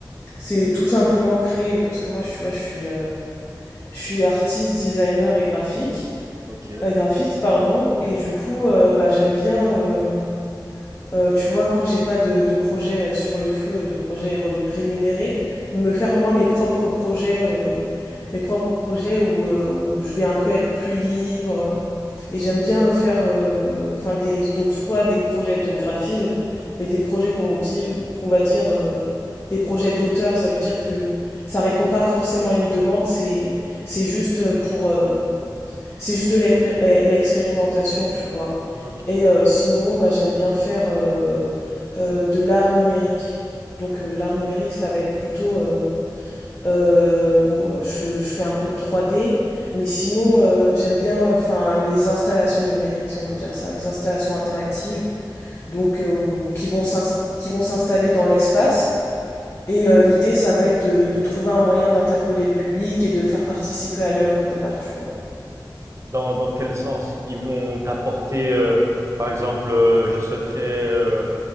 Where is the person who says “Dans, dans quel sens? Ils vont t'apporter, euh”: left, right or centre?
Right